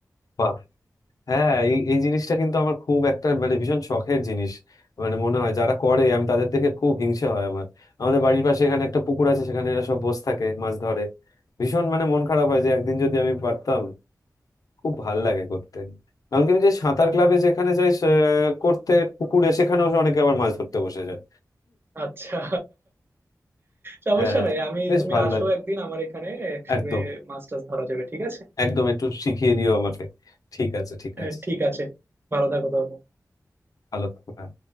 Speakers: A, on the left; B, on the right.
A: বাহ, হ্যাঁ এই এই জিনিসটা কিন্তু আমার খুব একটা মানে ভীষণ শখের জিনিস মানে মনে হয় যারা করে আমি তাদের থেকে খুব হিংসা হয় আমার আমাদের বাড়ির পাশে এখানে একটা পুকুর আছে সেখানে এরা সব বসে থাকে মাছ ধরে ভীষণ মানে মন খারাপ হয় যে একদিন যদি আমি পারতাম খুব ভাল লাগে করতে এমনকি আমি যে সাঁতার ক্লাবে যেখানে যাই সে- করতে পুকুরে সেখানেও অনেকে আবার মাছ ধরতে বসে যায়
B: আচ্ছা সমস্যা
A: হ্যাঁ
B: নাই আমি
A: বেশ
B: তুমি
A: ভালো
B: আসো
A: লাগে
B: একদিন আমার এখানে একসাথে
A: একদম
B: মাছ টাছ ধরা যাবে ঠিক আছে
A: একদম একটু শিখিয়ে দিও আমাকে ঠিক আছে ঠিক
B: হ্যাঁ
A: আছে
B: ঠিক আছে ভালো থাকো তাহলে
A: ভালো থাকো হ্যাঁ।